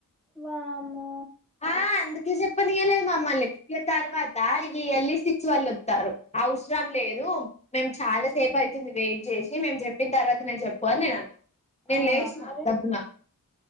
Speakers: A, in the centre; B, on the left (about 20°).
A: వామ్మో!
B: ఆ అందు చెప్పనియ లేదు మమ్మల్ని ఇక తర్వాత ఇయ్యి ఎల్లి సిక్స్ వాళ్ళు వత్తారు అవసరం లేదు మేము చాలా సేపు అవుతుంది వెయిట్ చేసి, మేము చెప్పిన తర్వాత నేను చెప్పు అని నేను అన్నా. నేను
A: ఆ!
B: లేసిన
A: మరి?
B: డబ్బున.